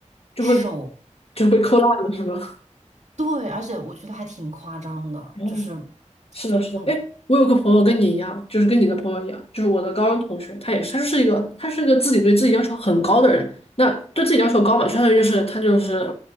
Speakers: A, on the left; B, on the right.
A: 就会
B: 手，
A: 就被扣烂了，是吧？
B: 对，而且我觉得还挺夸张的，
A: 哦
B: 就是，
A: 是的，是的，
B: 嗯，
A: 哎，我有个朋友跟你一样，就是跟你的朋友一样，就是我的高中同学，他也是，他是一个，他是一个自己对自己要求很高的人，那对自己要求高嘛，相当于就是他就是